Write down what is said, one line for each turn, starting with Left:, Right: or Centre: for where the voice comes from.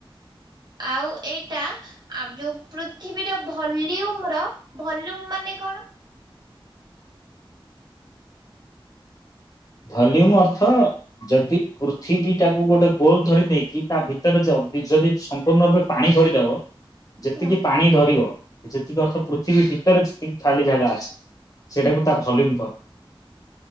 Right: ଆଉ ଏଇଟା ଆଉ ଯୋଉ ପୃଥିବୀର ଭଲ୍ୟୁମର ଭଲ୍ୟୁମ୍ ମାନେ କଣ?
Left: ଭଲ୍ୟୁମ୍ ଅର୍ଥ ଯଦି ପୃଥିବୀଟାକୁ ଗୋଟେ ଗୋଲ ଧରି ନେଇକି ତା ଭିତରେ ଯନ୍ତି ଯଦି ସମ୍ପୂର୍ଣ୍ଣ ରୂପେ ପାଣି ଧରିଦବ ଯେତିକି
Right: ହୁଁ
Left: ପାଣି ଧରିବ ଯେତିକି ଅର୍ଥ ପୃଥିବୀ ଭିତରେ ଯେତିକି ଖାଲି ଜାଗା ଅଛି ସେଇଟାକୁ ତା ଭଲ୍ୟୁମ କହ